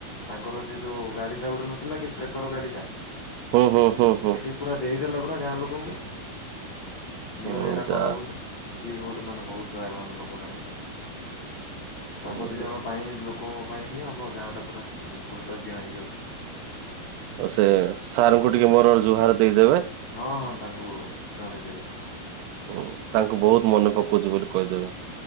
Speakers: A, on the left; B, on the right.
A: ତାଙ୍କର ସେ ଯୋଉ ଗାଡିଟା ଗୋଟେ ନଥିଲା କି ଟ୍ରେକର୍ ଗାଡିଟା।
B: ହୋ, ହୋ, ହୋ, ହୋ।
A: ସିଏ ପୁରା ଦେଇଦେଲା ପରା ଗାଁ ଲୋକଙ୍କୁ, ନିଅରେ
B: ହୁଁ
A: ଏଇଟା
B: ଯା
A: କର ବୋଲି। ସିଏ ବି ଗୋଟେ ମାନେ ବହୁତ ଦୟାବାନ ଲୋକଟା ଗୋଟେ। ତୋମ
B: ହୁଁ।
A: ଦି ଜଣ ପାଇଁ ଲୋକଙ୍କ ପାଇଁ ହିଁ, ଆମର ଗାଁଟା ପୁରା ଉଁ, କୃତଜ୍ଞ ହେଇକି ଅଛୁ।
B: ଅ, ସେ ସାର୍ ଙ୍କୁ ଟିକେ ମୋର ଜୁହାର ଦେଇଦେବେ।
A: ହଁ, ହଁ ତାଙ୍କୁ ଜଣେଇଦେବି।
B: ହୁଁ, ତାଙ୍କୁ ବହୁତ ମନେ ପକଉଚି ବୋଲି କହିଦେବେ।